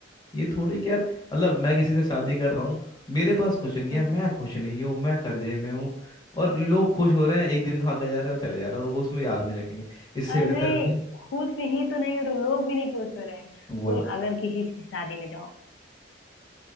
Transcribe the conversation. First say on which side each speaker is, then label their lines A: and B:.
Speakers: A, on the left (about 25°); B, on the left (about 75°).
A: ये थोड़े कि यार मतलब मैं किसी से शादी कर रहा हूँ मेरे पास कुछ नहीं
B: हाँ।
A: है मैं खुश नहीं हूँ मैं कर्जे में हूँ और लोग खुश हो रहे हैं एक दिन खा के जा रहे हैं और चले जा रहे हैं और वो उसमें याद नहीं रखेंगे इससे
B: अरे
A: बेहतर भी
B: खुश ही तो नहीं हो रहे लोग भी नहीं खुश हो रहे हैं
A: वो
B: तुम अगर किसी की शादी में जाओ